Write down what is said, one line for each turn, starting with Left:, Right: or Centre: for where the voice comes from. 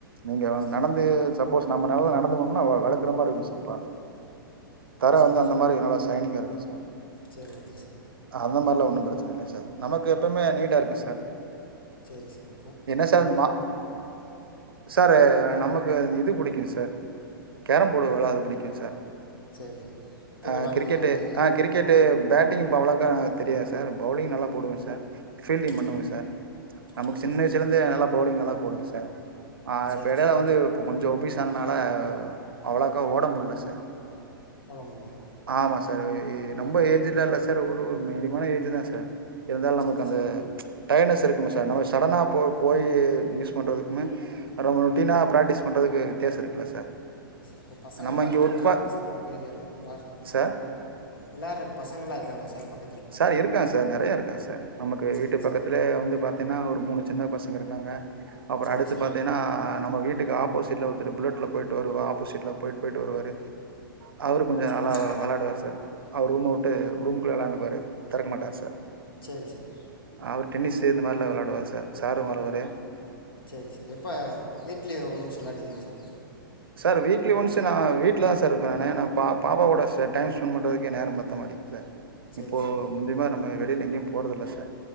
Right: நீங்க வந்து
Left: சரி
Right: நடந்து ச சப்போஸ் நம்ம நடந்து போணோம்னா வ வழுக்கற மாதிரி இருக்கும்க் சார் பாதை தரை
Left: சரி
Right: வந்து அந்த
Left: சார்
Right: மாதிரி நல்லா சைனிங்கா இருக்கும் சார்
Left: சரி ஓகே சார்
Right: அந்த மாதிரியெல்லாம் ஒன்றும் பிரச்சனை இல்லை சார் நமக்கு எப்பவுமே நீட்டாக இருக்கும் சார்
Left: சரி சரி
Right: என்ன சார் இந்த மா சார் நமக்கு இது பிடிக்குங்க சார் கேரம் போர்டு வவிளையாட பிடிக்கும் சார்
Left: சரி சார் எப்பயுமே
Right: ஆஹ்
Left: விளாடுவீங்களா
Right: கிரிக்கெட்டு
Left: உங்கள் ஏரியாவில்
Right: ஆஹ் கிரிக்கெட்டு பேட் பேட்டிங் அவ்வளாக்கா தெரியாது சார் பவுலிங் நல்லா போடுவேன் சார் ஃபீல்டிங்
Left: சரி
Right: பண்ணுவேங்க சார் நமக்கு
Left: சரி
Right: சின்ன
Left: சார்
Right: வயசு நல்லா பவுலிங் நல்லா போடுவேங்க சார் ஆஹ்
Left: சரி
Right: இப்ப இடையில
Left: சார்
Right: வந்து கொஞ்சம் ஒப னால அவ்ளோக்கா ஓட முடியல சார்
Left: குழம்பல <inaudible>
Right: ஆமா சார் ரொம்ப ஏஜ் இல்ல இல்ல சார் ஒரு மீடியமான ஏஜ் தான் சார் இருந்தாலும் நமக்கு
Left: சரி
Right: அந்த
Left: சார்
Right: டயடனஸ் இருக்குமா சார் நம்ம சடனாக போய் யூஸ் பண்ணுறதுக்குமே ரொம்ப ருட்டீனாக ப்ராக்டிஸ் பண்ணுறதுக்கும் வித்தியாசம் இருக்குலா சார்
Left: இப்போ பசங்கள்லாம்
Right: நம்ம இங்க
Left: இருக்காங்களா
Right: ஒர்க் பா
Left: சார் உங்கள் ஏரியாவில யார்
Right: சார்
Left: எல்லாரும் இருக்காங்க பசங்களெல்லாம் இருக்க சார் <unintelligible>
Right: சார் இருக்காங்க சார் நிறைய இருக்காங்க சார் நமக்கு
Left: சரி
Right: வீட்டு பக்கத்தல
Left: சரி
Right: வந்து பார்த்த ஏன்னா ஒரு மூணு சின்ன பசங்க இருக்காங்க அப்புறம்
Left: சரி
Right: அடுத்து
Left: சார்
Right: பாத்தீங்கன்னா நம்ம வீட்டுக்கு ஆபோசிட்ல ஒத்தறு புல்லட் ல போயிட்டு வருவா ஆ ஆப்போசிட்ல போயிட்டு போயிட்டு வருவாரு அவரு கொஞ்சம்
Left: சரி
Right: நல்லா
Left: சார்
Right: விளையாடுவார் சார் ஆ ரூம்மவுட்டு ரூமுக்குள்ள எாண்டு போரு திறக்க மாட்டார் சார்
Left: சரி சார்
Right: அவர் டென்னிஸ்ஸு இந்த மாதிரிலாம் விளையாடுவார் சார் சரு மறுவரு
Left: சரி சார் இப்போ வீக்லி ஒன்ஸ் விளையாடுவீங்களா சார்
Right: சார் வீக்லி ஒன்ஸ் நான் வீட்டுலதான் சார் இருப்பே நான பாப்பாவ கூட ச டைம் ஸ்பெண்ட் பண்றதுக்கே நேரம் மாத்த மாட்டே சார்
Left: சரி
Right: இப்போ
Left: சார்
Right: முந்துமா நம்ம வெளியில எங்கயும் போடுதல சார்